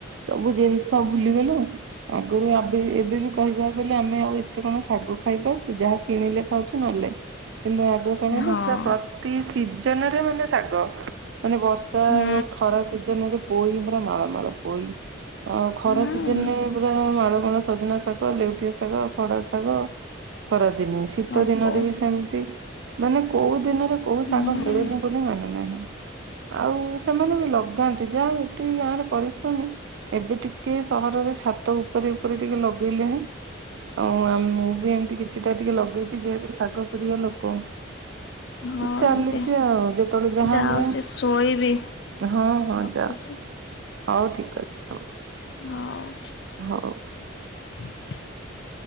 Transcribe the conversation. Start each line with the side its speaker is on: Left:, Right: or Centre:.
Right: ସବୁ ଜିନିଷ ଭୁଲିଗଲୁ, ଆଗରୁ ଆବେ ଏବେ ବି କହିବାକୁ ଗଲେ ଆମେ ଆଉ ଏତେ କଣ ଶାଗ ଖାଇପାରୁଛୁ ଯାହା କିଣିଲେ ଖାଉଛୁ ନହେଲେ ନାଇଁ। କିନ୍ତୁ ଆଗ କାଳ
Left: ହଁ
Right: ରେ ପୁରା ପ୍ର ପ୍ରତି ସିଜନ ରେ ମାନେ ଶାଗ, ମାନେ ବର୍ଷା
Left: ହୁଁ
Right: ଓ ଖରା ସିଜନରେ ପୋଇ ପୁରା ମାଳ ମାଳ ପୋଇ ଅ ଖରା
Left: ହୁଁ
Right: ସି ସଜିନେ ପୁରା ମାଳ ମାଳ ସଜନା ଶାଗ, ଲେଉଟିଆ ଶାଗ, ଖଡ଼ା ଶାଗ, ଖରା ଦିନେ। ଶୀତ
Left: ହବ
Right: ଦିନରେ ବି ସେମତି ମାନେ କୋଉ ଦିନରେ କୋଉ
Left: ହୁଁ
Right: ଶାଗ ମିଳେନି ବୋଲି ମାନେ ନାହିଁ। ଆଉ ସେମାନେ ବି ଲଗାନ୍ତି ଯାହା ହଉ ଏତିକି ଗାଁ ରେ ପରିଶ୍ରମୀ। ଏବେ ଟିକେ ସହରରେ ଛାତ ଉ ଉପରେ ଉପରେ ଟିକେ ଲଗେଇଲେଣି, ଆଉ ମୁଁ ବି ଏମିତି କିଛିଟା ଟିକେ ଲଗେଇଛି ଯେହେତୁ ଶାଗ ବଢ଼ିଆ ଲୋକ।
Left: ହଉ
Right: ଚାଲିଛି
Left: ଦିଦି
Right: ଆଉ ଯେତେବେଳେ ଯାହା
Left: ଯାଉଛି
Right: ହୁଏ।
Left: ଶୋଇବି
Right: ହଁ ହଁ
Left: ରଖୁଛି
Right: ଯା ହଉ ଠିକ ଅଛି ହୋଉ।
Left: ମାଉ
Right: ହଉ।
Left: <inaudible>